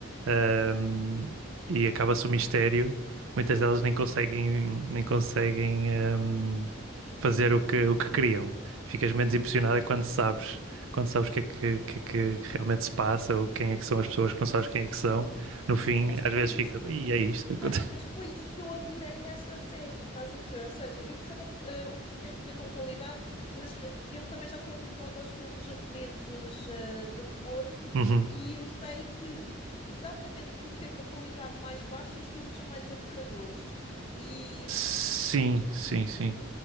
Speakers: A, on the right (about 70°); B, on the left (about 25°).
A: hum, e acaba-se o mistério, muitas delas nem conseguem, nem conseguem, hum, fazer o que, o que queriam. Ficas menos impressionada quando sabes, quando sabes o que é que, o que é que realmente se passa, ou quem é que são as pessoas que não sabes quem é que são. No fim,
B: mas foi
A: às vezes
B: isso,
A: fica, e é isto que acontece.
B: pá, mas foi isso que eu adorei nessa série, estás a perceber? Ou seja, eu percebo eh, o que tu queres dizer com qualidade, mas eh, eu também já estou habituada aos filmes japoneses eh, de terror
A: <laughs>
B: e eu sei que exatamente por ter uma qualidade mais baixa, os filmes são mais aterradores. E,
A: Sim,
B: hum, e,
A: sim, sim.